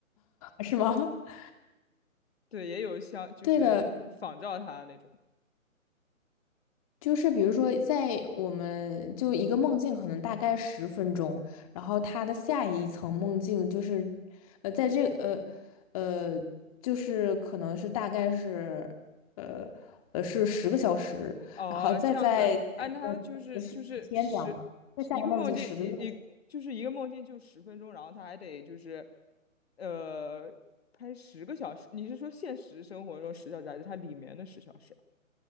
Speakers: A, on the left; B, on the left.
A: <laughs> 是吗？<laughs>
B: 对，也有像就是仿照他的那种。
A: 对的，就是比如说，在我们就一个梦境可能大概十分钟，然后它的下一层梦境就是，呃，在这个呃呃，就是可能是大概是呃呃是十个小时，
B: 哦，
A: 然后再在下一个梦境就是十天这样的，
B: 这样子，哎，那他就是就是十一个梦境，
A: 再下一个梦境十个月。
B: 一一就是一个梦境就十分钟，然后他还得就是呃拍十个小时。你是说现实生活中十小时，还是它里面的十小时